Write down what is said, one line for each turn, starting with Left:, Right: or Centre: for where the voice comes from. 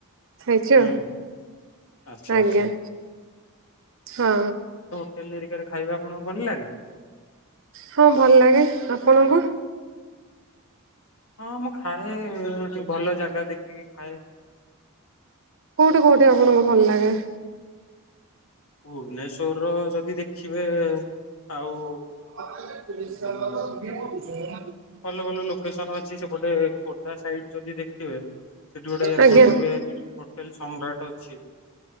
Right: ଖାଇଛ
Left: ହୁଁ
Right: ଆଉ
Left: ଆଚ୍ଛା
Right: ଆଜ୍ଞା
Left: ଆଚ୍ଛା
Right: ହଁ।
Left: ତେଲହେରିକାରେ ଖାଇବା ଆପଣଙ୍କୁ ଭଲ ଲାଗେ?
Right: ହଁ ଭଲ ଲାଗେ, ଆପଣଙ୍କୁ?
Left: ହଁ ମୁଁ ଖାଏ ଟି ଭଲ ଜାଗା ଦେଖିକି ଖାଏ।
Right: କୋଉଠି କୋଉଠି ଆପଣଙ୍କୁ ଭଲ ଲାଗେ?
Left: ଭୁବନେଶ୍ଵରର ଯଦି ଦେଖିବେ ଆଉ
Right: <unintelligible>
Left: ହଁ ଭଲ ଭଲ ଲୋକେସନ ଅଛି ସେପଟେ ଖୋର୍ଦ୍ଧା ସାଇଡ଼୍ ଯଦି ଦେଖିବେ ସେ ଟି ଗୋଟେ
Right: ଆଜ୍ଞା
Left: ଶୁଣିଥିବେ ହୋଟେଲ ସମ୍ରାଟ ଅଛି।